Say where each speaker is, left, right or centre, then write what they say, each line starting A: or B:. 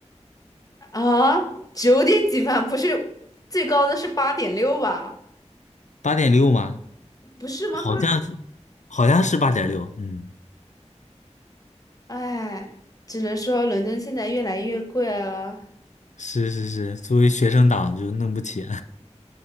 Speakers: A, on the left; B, on the left.
A: 啊，九点几万不是最高的是八点六吧？
B: 八点六吗？
A: 不是吗？
B: 好像是
A: <laughs> 后来，
B: 好像是八点六，嗯，
A: 哎，只能说伦敦现在越来越贵了。
B: 是是是，作为学生党就弄不起，